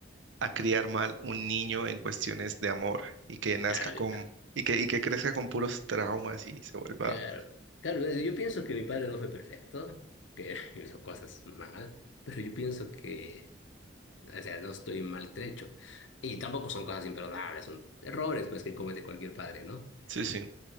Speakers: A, on the right; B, on the left.
A: a criar mal un niño en cuestiones de amor y que nazca
B: Claro,
A: con, y que, y que crezca con puros traumas y se vuelva.
B: Claro, claro, eh, yo pienso que mi padre no fue perfecto, que <laughs> hizo cosas mal, pero yo pienso que, o sea, no estoy maltrecho. Y tampoco son cosas imperdonables, son errores pues que comete cualquier padre, ¿no?
A: Sí, sí.